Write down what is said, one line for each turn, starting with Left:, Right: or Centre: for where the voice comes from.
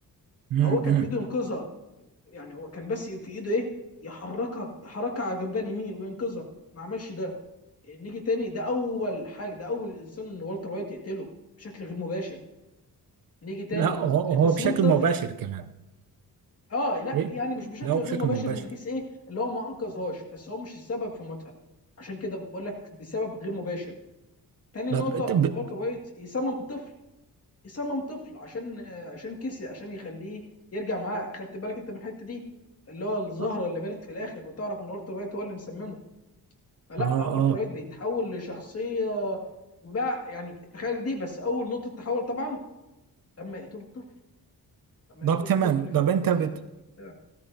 Right: م
Left: فهو كان
Right: -م.
Left: في ايده ينقذها يعني هو كان بس في ايده ايه يحركها يحركها على جنبها اليمين وينقذها ما عملش ده يعني نيجي تاني ده اول حاجه ده اول انسان ان والتر وايت يقتله بشكل غير مباشر نيجي تاني
Right: لا هو,
Left: لتصميم
Right: هو بشكل
Left: طفل
Right: مباشر كمان
Left: اه لا
Right: ايه
Left: يعني مش بشكل
Right: لا هو بشكل
Left: غير مباشر
Right: مباشر
Left: من حيث ايه اللي هو ما انقذهاش بس هو مش السبب في موتها عشان كده بقول لك بسبب غير مباشر تاني
Right: طب
Left: نقطه
Right: ت- ب...
Left: والتر وايت يصمم طفل صمم طفل عشان عشان كسي عشان يخليه يرجع معاه خدت بالك انت من الحته دي اللي هو الزهره
Right: اه
Left: اللي بانت في الاخر وتعرف ان والتر وايت هو اللي مسممه فلا
Right: اه
Left: والتر وايت بيتحول لشخصيه وبقى يعني تخيل دي بس اول نقطه تحول طبعا لما يقتلوا الطفل لما
Right: طب
Left: يقتلوا
Right: تمام
Left: الطفل
Right: طب
Left: في ال
Right: انت بت...
Left: في البتاع